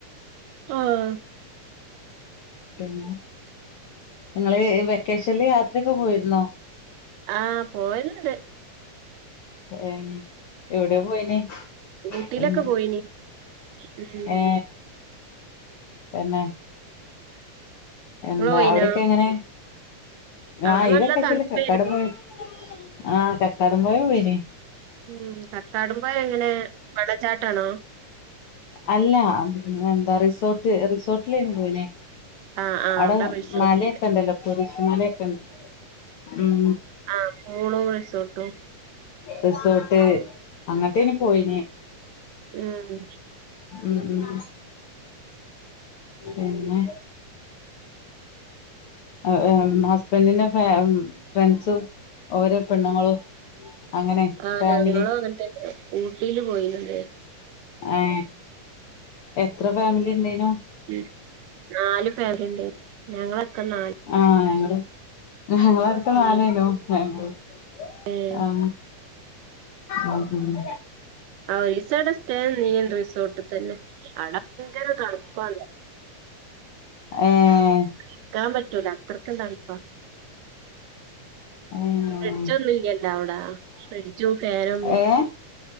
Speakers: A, on the right (about 80°); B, on the left (about 85°).
A: ആഹ്
B: പിന്നെ ഇങ്ങള് വെക്കേഷനിൽ യാത്രയൊക്കെ പോയിരുന്നോ
A: ആഹ് പോവല്ണ്ട്
B: ഏ എവിടെയാ പോയിനെ
A: ഊട്ടിയിലൊക്കെ
B: ഇമ്
A: പോയിനി ഉം
B: ഏ തന്നെ എന്താ
A: ഇങ്ങള് പോയിനോ
B: അവിടെക്കെ എങ്ങനെ
A: അവിടെ
B: ആ ഇ
A: നല്ല
B: വെക്കേഷന്
A: തണുപ്പായിരുന്നു
B: കക്കാട് പോയിന്നു ആഹ് കട്ടാടം പോയാ പോയിന്ന്
A: ഇമ് കക്കാടം പൊയിൽ എങ്ങനെ വെള്ളച്ചാട്ടാണോ
B: അല്ല എന്താ റിസോർട്ട് റിസോർട്ടിലേന്നും പോയില്ലേ
A: ആഹ് ആഹ്
B: അവിടെ
A: റിസോർട്ടുണ്ട്
B: മലയൊക്കെ ഇണ്ടല്ലോ കുരിശ് മലൊക്കെ ഉണ്ട് ഉം
A: ആ പൂളും റിസോർട്ടും
B: റിസോർട്ട് അങ്ങട്ടായിരുന്നു പോയി
A: ഇമ്
B: ഇമ് ഇമ് പിന്നെ <unintelligible> ഹസ്ബൻഡിന്റെ ഫാമി ഫ്രണ്ട്സും ഓരോ പെണ്ണുങ്ങളും അങ്ങനെ
A: ആ
B: ഫാമിലി
A: ഞങ്ങളും അങ്ങനത്തന്നെ ഊട്ടിയില് പോയിന്നത്
B: ഏ എത്ര ഫാമിലി ഇണ്ടായിനു
A: ഇമ് നാല് ഫാമിലിണ്ട് ഞങ്ങളൊക്കെ നാല്
B: ആ ഞങ്ങള് ഞങ്ങളടുത്ത നാലായിനോ
A: ഉം
B: ഞങ്ങള്
A: ഏഹ്
B: ആ ഇമ് ഇമ്
A: ആ ഒരീസം അവിടെ സ്റ്റേ നിന്നിരുന്നു റിസോർട്ട് തന്നെ അവിടെ ഭയങ്കര തണുപ്പാണ്
B: ഏഹ്‌
A: നിക്കാൻ പറ്റൂല അത്രയ്ക്ക് തണുപ്പാ
B: ഏഹ്
A: ഫ്രീഡ്ഡ്ജ് ഒന്നുല്ലല്ലോ അവിടെ ഫ്രിഡ്ജും ഫാനൊന്നും
B: ഏഹ്